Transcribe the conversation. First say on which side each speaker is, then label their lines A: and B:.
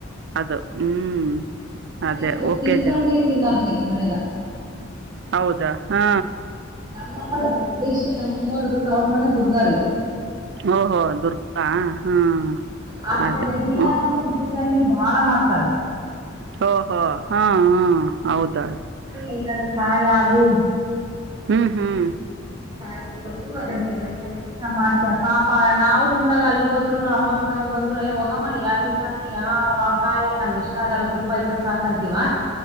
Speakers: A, on the right; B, on the right.
A: ಅದು ಹ್ಮ್
B: ಇಲ್ಲ
A: ಅದೇ
B: ಇದು
A: ಓಕೆ
B: ಸೀತಾಳ್ಗೆ
A: ಜ.
B: ತಿನ್ನಲ್ರಿ ಮನೆಗ.
A: ಹೌದಾ ಹಾ.
B: ನಮ್ಮಮ್ಮನ ಬಲು ಇಷ್ಟೇ ನಮ್ಮವ್ರುದು. ತವ್ರ ಮನೆ ದುರ್ಗಾರಿ.
A: ಓ ಓ ದುರ್ಗಾ. ಹಾಂ
B: ಹ ಕಡೆ
A: ಅದೇ
B: ಎಲ್ಲಾರನು.
A: ಹ್ಞೂ
B: <unintelligible> ಬಾಳ ಮಾಡ್ತಾರೆ.
A: <unintelligible>
B: ಇಲ್ಲಂದ್ರೆ ಕಾಯಿ ಹಾಲು
A: ಹ್ಮ್ ಹ್ಮ್
B: ಆಯ್ತು ಅದನ್ನ ಬೆಲ್ಲ ಕ ಮಾಡ್ತ ಸಾಪ ನಾವು ತಿನ್ನಲ್ಲ ಅಲ್ಲಿ ಹೋದ್ರುನು ಅಮ್ಮ್ರ ಮನೆಗ್ ಹೋದ್ರು ಹೋಗಮ್ಮ ಯಾ ಸೀಕ್ಣಿ ಯಾವ ಕಾಯ ಅಲ್ ನಮ್ಗೆ ಇಷ್ಟ ಆಗಲ್ಲ ತುಪ್ಪ ಇದ್ರೆ ಸಾಕಂತೀವ